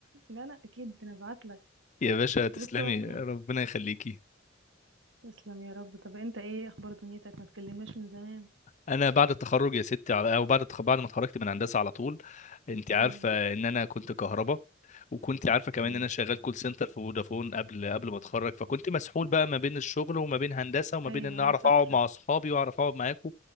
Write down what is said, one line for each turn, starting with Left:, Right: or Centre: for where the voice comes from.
Right: لا لا اكيد ده انا ابعت لك
Left: يا باشا تسلمي
Right: بص والله
Left: ربنا يخليكي
Right: تسلم يا رب طب انت ايه اخبار دنيتك ما تكلمناش من زمان
Left: انا بعد التخرج يا ستي على- او بعد التخ... بعد ما اتخرجت من هندسه على طول انت عارفه
Right: امم
Left: ان انا كنت كهرباء وكنت عارفه كمان
Right: حلو
Left: ان انا شغال كول سنتر في فودافون قبل قبل ما اتخرج فكنت مسحول بقى ما بين الشغل وما بين هندسه وما
Right: ايوه
Left: بين ان اعرف
Right: ايوه فاكره
Left: اقعد مع اصحابي واعرف اقعد معاكم